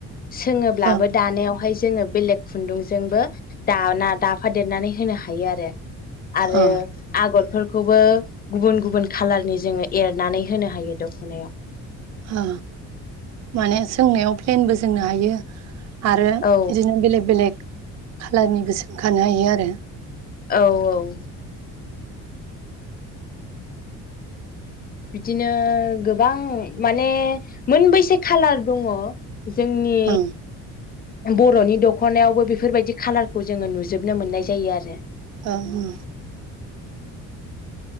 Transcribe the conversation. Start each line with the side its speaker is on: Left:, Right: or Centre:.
Left: सोङोब्लाबो
Right: ओ
Left: दानायाव ओमफाय जोङो बेलेग खुन्दुंजोंबो दाना दाफादेरनानै होनो हायो आरो आरो
Right: ओ
Left: आगद फोरखौबो गुबुन गुबुन कालारनि जोङै एरनानै होनो हायो दखनायाव
Right: अ माने सोंनायाव प्लेनबो जोंनो हायो। आरो बिदिनो
Left: औ
Right: बेलेग बेलेक खालारनिबो सोंखानो हायो आरो
Left: औ औ बिदिनो गोबां माने मोनबैसे खालार दङ। जोंनि
Right: ओं
Left: बर'नि दख'नायावबो बेफोरबायदि खाालारखौ जोङो नुजोबनो मोननाय जायो आरो
Right: ओ ओ